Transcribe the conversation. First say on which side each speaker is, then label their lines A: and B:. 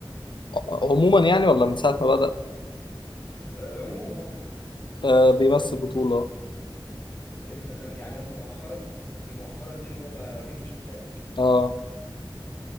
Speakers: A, on the left; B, on the left.
A: عموما يعني ولا من ساعه ما بدأ
B: آه، عموما آه.
A: آه بيمثل بطوله
B: انت كان يعني انت مؤخرا دي مؤخرا دي اللي هو بقى نجم شباك
A: اه